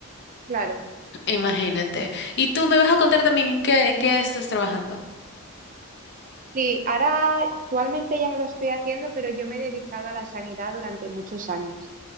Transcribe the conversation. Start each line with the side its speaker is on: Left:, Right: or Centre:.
Right: claro.
Left: Imagínate. Y tú me vas a contar también en qué, en qué estás trabajando.
Right: Sí, ahora actualmente ya no lo estoy haciendo, pero yo me he dedicado a la sanidad durante muchos años.